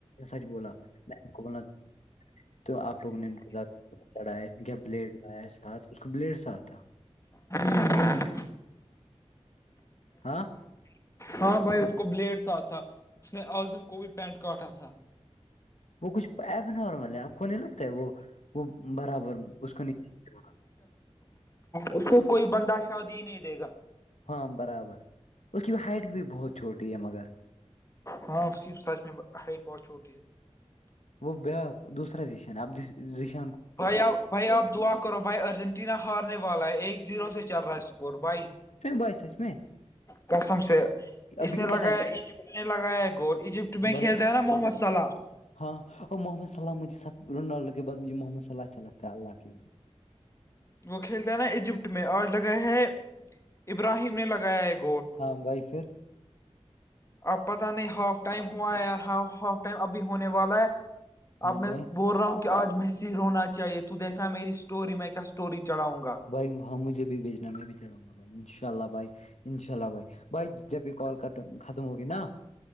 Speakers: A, on the left; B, on the left.
A: سچ بولا میم کو بولنا تو آپ لوگوں نے ان کو زیادہ چڑھایا کیا بلیڈ لایا ہے ساتھ اس کو بلیڈ ساتھ تھا
B: ہوں ہاں
A: ہاں
B: ہاں بھائی اس کو بلیڈس آ تھا اس نے عظم کو بھی پینٹ کاٹا تھا
A: وہ کچھ ایب نارمل ہے آپ کو نہیں لگتا ہے وہ وہ برابر اس کو نہیں
B: اس کو کوئی بندہ شاد ہی نہیں دے گا
A: ہاں برابر اس کی ہائٹ بھی بہت چھوٹی ہے مگر
B: ہاں اس کی سچ میں ہ بہت چھوٹی ہے
A: وہ بیایک دوسرا یشنبش
B: بھائی آپ بھائی آپ دعا کرو بھائی ارجنٹینا ہارنے والا ہے ایک زیرو سے چل رہا ہے اسکور بھائی
A: کو سچ میں
B: کسم سے اس
A: ابھی
B: نے
A: کتنا
B: لگایا
A: ٹائم
B: ایجپٹ نے لگایا گول ایجپٹ میں
A: ب
B: کھیلتا ہے نا محمد صلا
A: ہاں اور محمدسلہ مجھے س رونالڈو کے بعدجھ محمد صلہ اچھا لگتا اللہ کے
B: وہ کھیلتا ہے نا ایجپٹ میں اور جگہ ہے ابراہیم نے لگایا ایک
A: ہاں بھائی پھر
B: اب پت نہیں ہاف ٹائم ہوا ہے ی ہاف ٹائم اب ہونے والا ہے
A: ہاں
B: اب میں
A: بھائی
B: بول رہا ہوں کہ آج محصر رونا چاہیے تو دیکھا میری اسٹوری میں کیا اسٹوری چڑھاں گا
A: بھائی ہاں مجھے بھیجنا میں بھی چڑاوں گا بھائی ان شاء اللہ بھائی ان شاء اللہ بھائی بھائی جب ایک کال کر ختم ہوگی نا